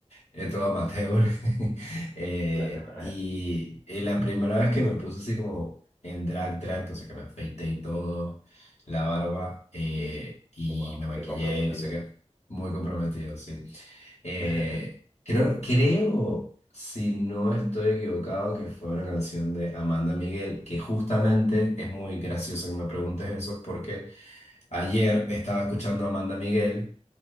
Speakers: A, on the left; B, on the left.
A: es todo amateur. <laughs> Eh,
B: Claro, <laughs>
A: y, y la primera vez que me puse así como en drag, drag, o sea que me afeité y todo, la barba, eh, y
B: wow,
A: me maquillé,
B: qué comprometido.
A: y no sé qué, muy comprometido, sí. Eh,
B: <laughs>
A: creo, creo, si no estoy equivocado, que fue una canción de Amanda Miguel, que justamente es muy gracioso que me preguntes eso, porque ayer estaba escuchando a Amanda Miguel